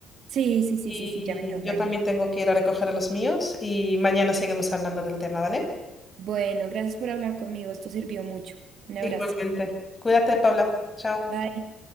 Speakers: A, on the right; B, on the left.
A: Sí, sí, sí,
B: Y
A: sí, sí, ya me toca
B: yo también
A: ir.
B: tengo que ir a recoger a los míos y mañana seguimos hablando del tema, ¿vale?
A: Bueno, gracias por hablar conmigo, esto sirvió mucho. Un
B: Igualmente.
A: abrazo.
B: Cuídate, Paula. Chao.
A: Bye.